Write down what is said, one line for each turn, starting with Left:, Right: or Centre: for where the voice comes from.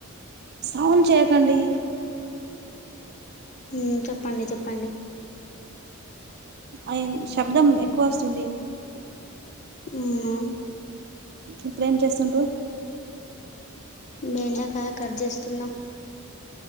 Right: సౌండ్ చేయకండి
Left: ఉమ్ చెప్పండి చెప్పండి
Right: ఆయన్ శబ్దం ఎక్కువ వస్తుంది.
Left: అవునా
Right: ఇప్పుడేం చేస్తుండ్రు?
Left: బెండాకాయ కట్ చేస్తున్నాం.